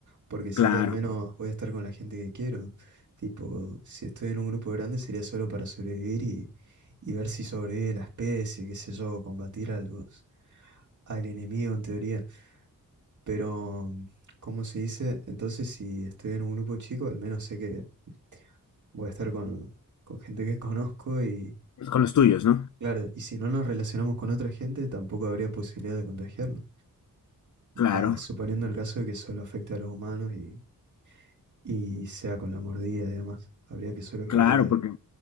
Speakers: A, on the right (about 60°); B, on the left (about 55°).
A: porque sé
B: Claro,
A: que al menos voy a estar con la gente que quiero. Tipo, si estoy en un grupo grande sería solo para sobrevivir y, y ver si sobrevive la especie, qué sé yo, combatir a los, al enemigo en teoría. Pero, ¿cómo se dice? Entonces, si estoy en un grupo chico, al menos sé que voy a estar con, con gente que <laughs> conozco y,
B: pues, con los tuyos, ¿no?
A: claro, y si no nos relacionamos con otra gente, tampoco habría posibilidad de contagiarnos.
B: Claro,
A: Va, suponiendo el caso de que solo afecte a los humanos y y sea con la mordida y demás. Habría que solo escapar
B: claro,
A: de,
B: porque